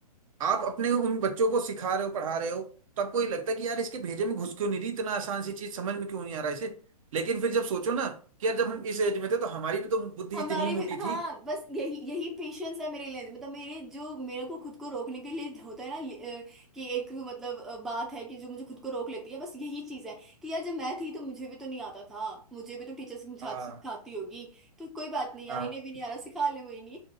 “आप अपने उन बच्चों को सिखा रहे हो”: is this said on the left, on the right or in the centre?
Right